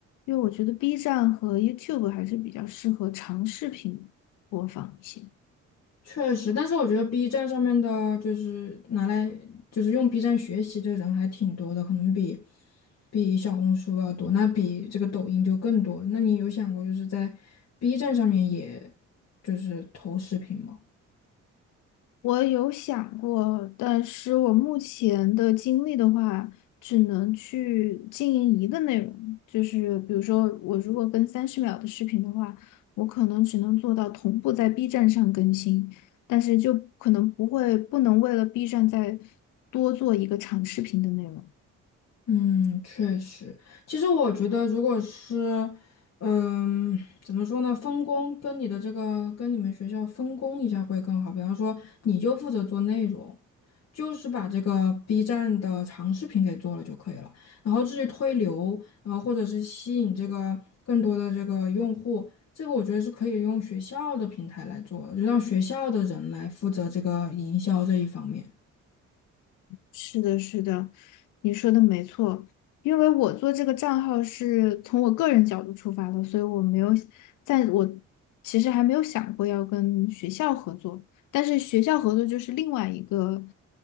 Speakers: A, on the left (about 80°); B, on the left (about 55°).
A: 因为我觉得 B 站和 YouTube 还是比较适合长视频播放一些。
B: 确实，但是我觉得 B 站上面的，就是拿来就是用 B 站学习的人还挺多的，可能比比小红书要多，那比这个抖音就更多了。那你有想过就是在 B 站上面也就是投视频吗？
A: 我有想过，但是我目前的精力的话，只能去经营一个内容，就是比如说，我如果跟三十秒的视频的话，我可能只能做到同步在 B 站上更新，但是就可能不会，不能为了 B 站再多做一个长视频的内容。
B: 嗯，确实，其实我觉得，如果是，嗯，怎么说呢，分工跟你的这个跟你们学校分工一下会更好。比方说，你就负责做内容，就是把这个 B 站的长视频给做了就可以了。然后至于推流，然后或者是吸引这个更多的这个用户，这个我觉得是可以用学校的平台来做的，就让学校的人来负责这个营销这一方面。
A: 是的，是的，你说的没错。因为我做这个账号是从我个人角度出发的，所以我没有，在我其实还没有想过要跟学校合作，但是学校合作就是另外一个，